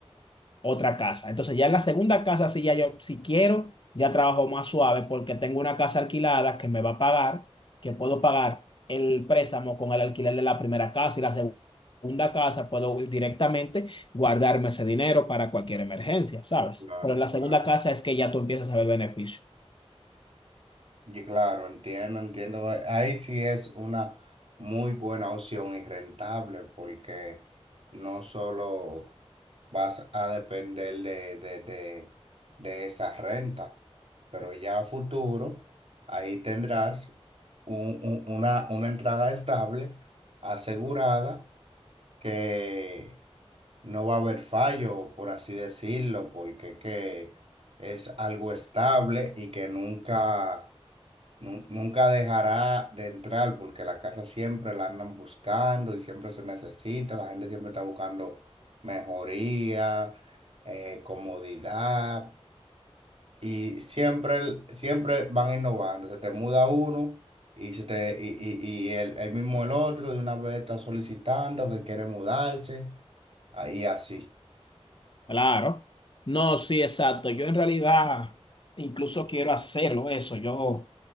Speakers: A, on the left (about 50°); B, on the right (about 65°).
A: otra casa. Entonces ya en la segunda casa, si ya yo, si quiero, ya trabajo más suave porque tengo una casa alquilada que me va a pagar, que puedo pagar el préstamo con el alquiler de la primera casa y la seg- segunda casa, puedo directamente guardarme ese dinero para cualquier emergencia, ¿sabes?
B: Claro,
A: Pero en la
B: claro.
A: segunda casa es que ya tú empiezas a ver beneficio.
B: Y claro, entiendo, entiendo. Ahí sí es una muy buena opción y rentable porque no solo vas a depender de, de, de, de esa renta, pero ya a futuro ahí tendrás un- un- una, una entrada estable asegurada que no va a haber fallo, por así decirlo, porque que es algo estable y que nunca... Nun- Nunca dejará de entrar porque la casa siempre la andan buscando y siempre se necesita. La gente siempre está buscando mejoría, eh, comodidad y siempre, el- siempre van innovando. Se te muda uno y, se te, y, y, y el, ahí mismo el otro de una vez está solicitando que quiere mudarse. Ahí así.
A: Claro. No, sí, exacto. Yo en realidad incluso quiero hacerlo eso. Yo,